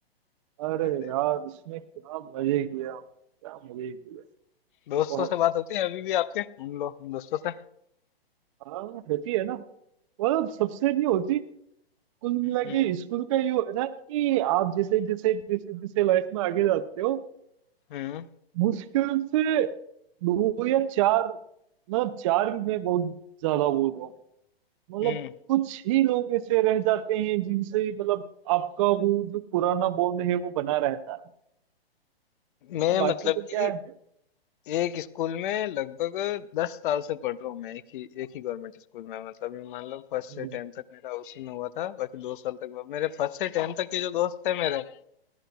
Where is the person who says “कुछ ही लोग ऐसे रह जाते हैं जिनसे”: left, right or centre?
Right